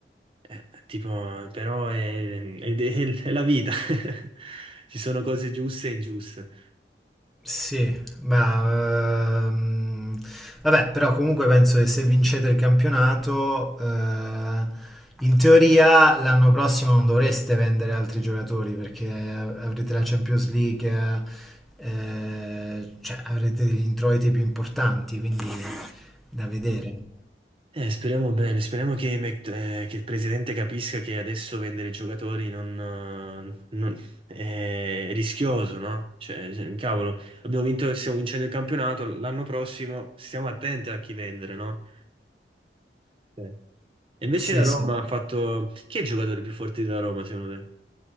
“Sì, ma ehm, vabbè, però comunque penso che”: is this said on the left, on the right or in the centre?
Centre